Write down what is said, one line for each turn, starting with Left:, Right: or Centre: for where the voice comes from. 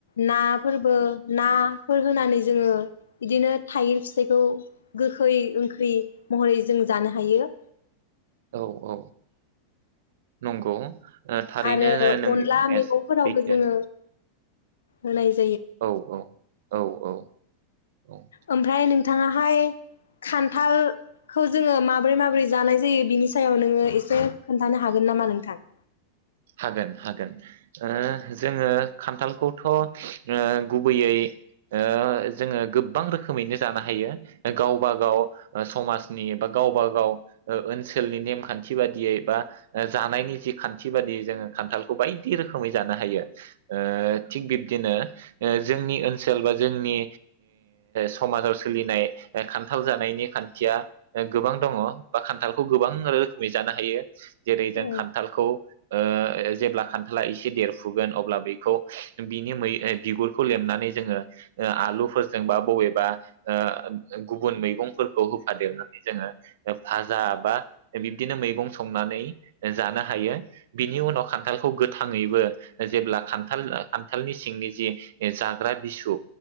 Left: नाफोरबो नाफोर होनानै जोङो बिदिनो थाइगिर फिथाइखौ गोखै ओंख्रि महरै जों जानो हायो
Right: औ औ नंगौ थारैनो
Left: आरो
Right: नोंनि
Left: अनला
Right: बुंनाया
Left: मैगंफोरावबो
Right: सैथो
Left: जोङो होनाय जा
Right: औ औ औ औ औ
Left: ओमफ्राय नोंथाङाहाय खान्थालखौ जोङो माबोरै माबोरै जानाय जायो बिनि सायाव नोङो एसे खोन्थानो हागोन नामा नोंथां?
Right: हागोन हागोन ओ जोङो खान्थालखौथ' ओ गुबैयै ओ जोङो गोब्बां रोखोमैनो जानो हायो गावबा गाव समाजनि बा गावबा गाव ओ ओनसोलनि नेमखान्थि बादियै बा जानायनि जि खान्थि बादियै जोङो खान्थालखौ बायदि रोखोमै जानो हायो ओ थिग बिब्दिनो ओ जोंनि ओनसोल बो ओ जोंनि समाजाव सोलिनाय खान्थाल जानायनि खान्थिया गोबां दङ बा खान्थालखौ गोबां रोखोमै जानो हायो जेरै
Left: औ
Right: जों खान्थालखौ ओ जेब्ला खान्थाला एसे देरफुगोन अब्ला बेखौ बिनि मै ओ बिगुरखौ लेमनानै जोङो आलुफोरजों बा बबेबा ओ गुबुन मैगंफोरखौ होफादेरनानै जोङो फाजा बा बिब्दिनो मैगं संनानै जानो हायो बिनि उनाव खान्थालखौ गोथाङैबो जेब्ला खान्थाल ओ खान्थालनि सिंनि जि जाग्रा बिसु